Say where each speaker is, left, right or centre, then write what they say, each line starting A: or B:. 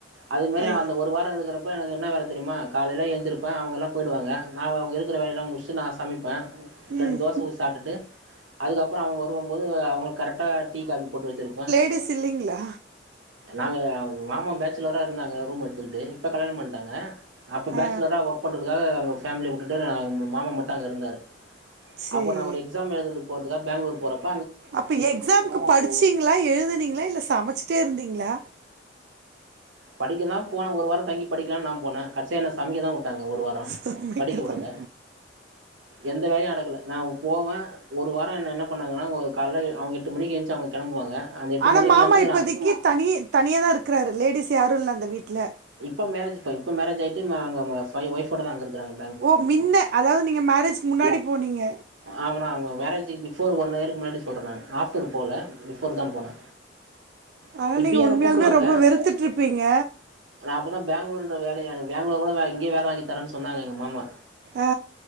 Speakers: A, on the right (about 85°); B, on the right (about 55°).
A: அது மேரி
B: ஐ
A: அந்த ஒரு வாரோ இருகறப் இப்போ எனக்கு என்ன வேல தெரியுமா காலைல எஞ்சிருப்பே அவங்களாப் போயி்டுவாங்க நா அவக இருகற வேலையெலா முச்டு நா சமைப்பே ரெண்டு
B: ம்.
A: தோச ஊத் சாப்ட்டுட்டு அதுக்கப்பறோ அவுங்க வருவம்போது அவங்க கரெக்ட் டா டீ காஃபி போட்டு வெச்சிருப்பே
B: <unintelligible> இல்லிங்ளா
A: நாங்க மாம பேச்சுலரா இருந்தாங்க ரூம் எடுத் துடு இப்ப கல்யாணம் பண்ட்டாங்க அப்ப பேச்சலரா
B: ஆ
A: ஒர்க் பண்றதுக்காக அங்க ஃபேமிலி வுட்டுட்டாரு நா மாமா மட்டு அங்க இருந்தாரு
B: சரி.
A: அப்போ நா ஒரு எக்ஸாம் எழுதற்துக் போறதுக்காகப் பெங்களூர் போறப்
B: அப்ப எக்ஸாம்க்கு படிச்சிங்ளா எழுதுனீங்ளா இல்ல சமச்சிட்டே இருந்தீங்ளா
A: படிக்கதாம் போனே ஒரு வாரந் தங்கி படிக்கலான் நாம் போனே கடசியா என்ன சமைக்கதா வுட்டாங்க ஒரு வாரோ
B: சமைக்க
A: படிக்க வுடல
B: தான்
A: எந்த வேலையு அடக்கல நாவுப் போவே ஒரு வாரோ என்ன என்னப் பண்ணாங்கனா ஒ கால்ல எ அவுங்க எட்டு மணிகி எந்ச்சு அவுங்க கெளம்புவாங்க அந்த எட்டு
B: ஆனா
A: மணிக்குல
B: மாமா
A: இருந்து
B: இப்பதைக்கி
A: நா
B: தனி தனியாதா இருக்றாரு லேடிஸ் யாரு இல்ல அந்த வீட்ல
A: இப்போ மேரேஜ் இப்ப இப்போ மேரேஜ் ஆயிட்டு மா அங்க மா பா ஒய்ஃபோடதா அங்க இருகறாங்க
B: ஓ மின்ன அதாவ்து நீங்க மேரேஜ்கு முன்னாடி போனீங்க
A: ஆமா நா மேரேஜுக்கு பிஃபோர் ஒன்னியருக்கு முன்னாடி சொல்ற நானு ஆஃப்டரு போல பிஃபோர்தாம் போனே
B: ஆனா
A: இப்பயு
B: நீங்க
A: என்ன
B: உண்மையால்மே
A: கூப்டுவாங்க
B: ரொம்ப வெறுத்துட்ருப்பீங்க
A: நா அப்போதா பெங்களூருன்ற வேலைய எனக் பெங்களூரு கூட வேலைக் இங்கியே வேல வாங்கித்தரேன் சொன்னாங்க எங்க மாமா
B: அ